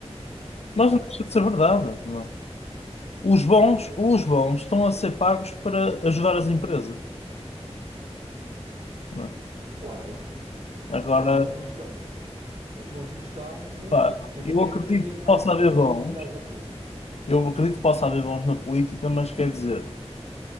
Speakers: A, on the left; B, on the right.
A: Mas
B: não
A: não
B: é?
A: deixa de ser verdade, não é? Os bons, os bons estão a ser pagos para ajudar as empresas, não é?
B: Claro,
A: Agora,
B: os bons não estão. Os bons não estão.
A: pá,
B: eh, Quer dizer,
A: eu
B: quem
A: acredito
B: é que, quem é
A: que
B: que vai
A: possa
B: meter
A: haver
B: nas
A: bons,
B: embrulhadas da política?
A: eu acredito que possa haver bons na política, mas quer dizer,